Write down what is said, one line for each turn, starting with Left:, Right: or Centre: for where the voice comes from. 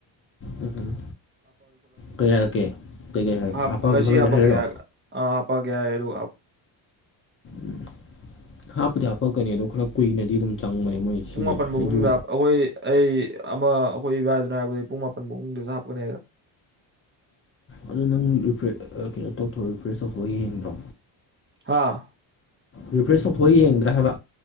Left: ꯎꯝ ꯎꯝ ꯀꯩ ꯍꯥꯏꯔꯛꯀꯦ ꯀꯩꯀꯩ ꯍꯥꯏꯔꯛꯀꯦ
Right: ꯍꯥ
Left: ꯍꯥꯞꯄꯛꯑꯒꯦ
Right: ꯉꯁꯤ
Left: ꯈꯣꯠꯂꯛꯒꯦ
Right: ꯍꯥꯄꯒꯌꯥ
Left: ꯍꯥꯏꯔꯔꯣ
Right: ꯑꯥ ꯍꯥꯄꯒꯌꯥ ꯑꯦꯔ
Left: ꯎꯝ ꯍꯥꯞꯄꯗꯤ ꯍꯥꯞꯄꯛꯀꯅꯤ ꯑꯣ ꯈꯔ ꯀꯨꯏꯅꯗꯤ ꯑꯗꯨꯝ ꯆꯪꯕꯅꯦ ꯃꯣꯏ ꯁꯤꯁꯦ
Right: ꯄꯨꯡ ꯃꯥꯄꯟ ꯐꯥꯎꯕꯨꯡꯗ
Left: ꯑꯩꯁꯨ
Right: ꯑꯩꯈꯣꯏ ꯑꯩ ꯑꯃ ꯑꯩꯈꯣꯏ ꯏꯕꯥꯏꯗꯨꯅ ꯍꯥꯏꯕꯗ ꯄꯨꯡ ꯃꯥꯄꯟ ꯃꯗꯨꯁꯨ ꯍꯥꯞꯄꯀꯅꯤ ꯍꯥꯏꯔ
Left: ꯑꯗꯨ ꯅꯪ ꯀꯩꯅꯣ ꯇꯧꯊꯣꯛ ꯔꯤꯐ꯭ꯔꯦꯁ ꯇꯧꯊꯣꯛꯑ ꯌꯦꯡꯕ꯭ꯔꯣ
Right: ꯍꯥꯥ
Left: ꯔꯤꯐ꯭ꯔꯦꯁ ꯇꯧꯊꯑ ꯌꯦꯡꯗ꯭ꯔꯥ ꯍꯥꯏꯕ